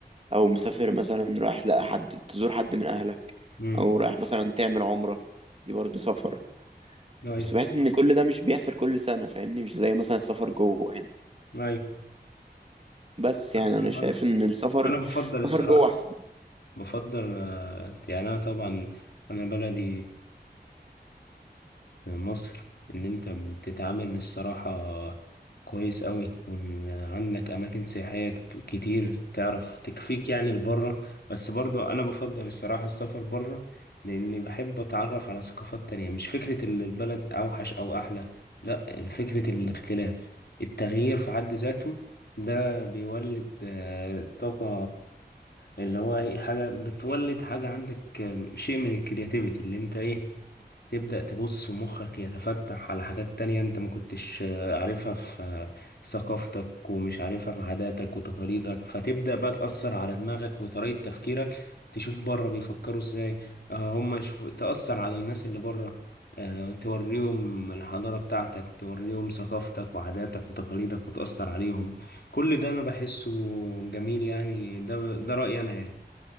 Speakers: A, on the right; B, on the left.
A: او مسافر مثلا رايح لا حد تزور حد من اهلك
B: مم.
A: او رايح مثلا تعمل عمرة دي برضه سفر
B: أيوه
A: بس بحس ان كل ده مش بيحصل كل سنة فاهمني مش زي مثلا السفر جوه هنا
B: أيوه
A: بس
B: فاهم
A: يعني انا شايف
B: قصدك.
A: ان السفر
B: أنا بفضل الصراحة
A: السفر جوه احسن
B: بفضل آه، يعني أنا طبعا أنا بلدي في مصر ان انت بتتعامل الصراحة كويس قوي وان عندك اماكن سياحية ك- كتير تعرف تكفيك يعني لبره بس برضو انا بفضل الصراحة السفر بره لاني بحب اتعرف على ثقافات تانية مش فكرة ال- البلد اوحش او احلى لا فكرة الاختلاف التغيير في حد ذاته ده بيولد آه، طاقة اللي هو إيه، حاجة بتولد حاجة عندك آه، شيء من الكرياتيفيتي اللي انت ايه تبدأ تبص مخك يتفتح على حاجات تانية انت ما كنتش آه، عارفها في آه، ثقافتك ومش عارفها في عاداتك وتقاليدك فتبدأ بقى تأثر على دماغك وطريقة تفكيرك تشوف بره بيفكروا ازاي آه، هم يشوفوا تأثر على الناس اللي بره آه، توريهم الحضارة بتاعتك توريهم ثقافتك وعاداتك وتقاليدك وتأثر عليهم كل ده أنا بحسه جميل يعني ده ده رأيي أنا يعني